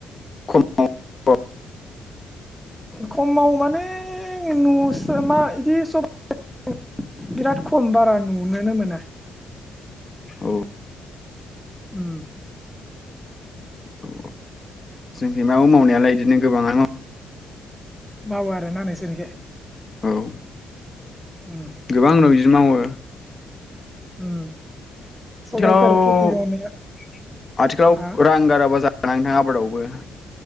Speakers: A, on the left; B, in the centre.
A: खम औ
B: खमाव माने नुसो मा इदि <inaudible> बिराद खम बारा नुनोनो मोना।
A: औ
B: उम।
A: औ जोंखै मावो मावनायालाय इदिनो गोबाङानो
B: मावो आरो ना नोंसोरनिखै?
A: मावो औ
B: उम
A: गोबां आनो बिदि मावो।
B: उम। सबायफोर
A: आथिखालाव-आथिखालाव
B: खेथि मावनाया हा
A: रां गाराबा जा रां थाङो आबादावबो।